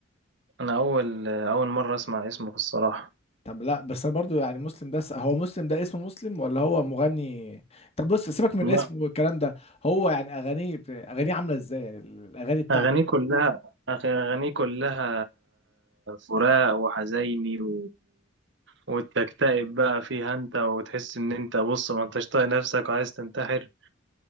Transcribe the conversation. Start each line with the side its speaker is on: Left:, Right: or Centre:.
Right: أنا أول أول مرة أسمع اسمه في الصراحة
Left: طب لا بس انا برضو يعني مسلم ده س- هو مسلم ده اسمه مسلم ولا هو مغني طب بص سيبك من
Right: لا
Left: اسمه والكلام ده هو يعني اغانيه ب- اغانيه عامله ازاي يعني الاغاني بتاعته
Right: أغانيه كلها أغانيه كلها فراق وحزيني و... وتكتئب بقى فيها أنت وتحس إن أنت بص ما أنتش طايق نفسك وعايز تنتحر